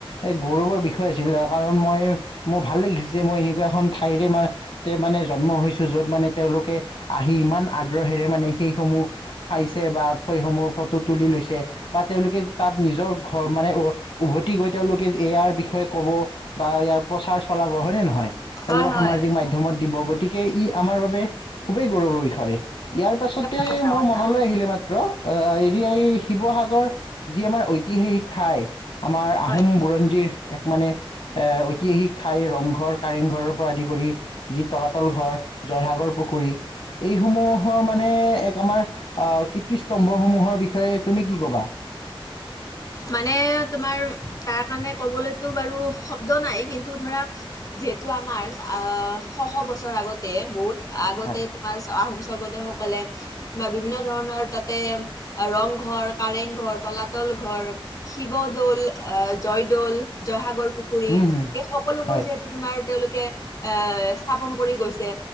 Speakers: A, on the left; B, on the left.
A: এক গৌৰৱৰ বিষয় আছিল <unintelligible> কাৰ মই, মোৰ ভাল লাগিছিল যে, মই এনেকুৱা এখন ঠাইৰে ম তে মানে জন্ম হৈছো, যত মানে তেওঁলোকে আহি ইমান আগ্ৰহেৰে মানে সেইসমূহ চাইছে বা সেইসমূহ ফটো তুলি লৈছে, বা তেওঁলোকে তাত নিজৰ ঘৰ মানে, উভতি গৈ তেওঁলোকে এয়াৰ বিষয়ে কব, বা ইয়াৰ প্ৰচাৰ চলাব হয়নে নহয়? তেওঁলোক
B: হয় হয়
A: সামাজিক মাধ্যমত দিবগৈ, গতিকে ই আমাৰ বাবে খুবেই গৌৰৱৰ বিষয়। ইয়াৰ পাছতে
B: একেবাৰে সঁচা
A: মোৰ
B: কথা
A: মনলৈ আহিলে এই মাত্ৰ, অ এৰিয়া এই শিৱসাগৰ যি আমাৰ ঐতিহাসিক ঠাই, আমাৰ আহোম
B: হয়
A: বুৰঞ্জীৰ এক মানে ঐতিহাসিক ঠাই ৰংঘৰ, কাৰেংঘৰৰ পৰা আদি কৰি যি তলাতল ঘৰ, জয়সাগৰ পুখুৰী, এই সমূহৰ মানে এক আমাৰ আঁ কীৰ্তিস্তম্ভসমূহৰ বিষয়ে তুমি কি ক'বা?
B: মানে তোমাৰ তাৰ কাৰণে কবলৈতো বাৰু শব্দ নাই, কিন্তু ধৰা, যিহেতু আমাৰ আহ শ'শ বছৰ আগতে, বহুত আগতে
A: হয়
B: মাৰ্চ আহোম স্বৰ্গদেউসকলে, বা বিভিন্ন ধৰণৰ তাতে ৰং ঘৰ, কাৰেং ঘৰ, তলাতল ঘৰ, শিৱদৌ'ল, আহ জয়দৌ'ল, জয়সাগৰ পুখুৰী
A: উম হম
B: এই সকলোবোৰ
A: হয়
B: যিহেত তো তোমাৰ তেওঁলোকে এ স্থাপন কৰি গৈছে,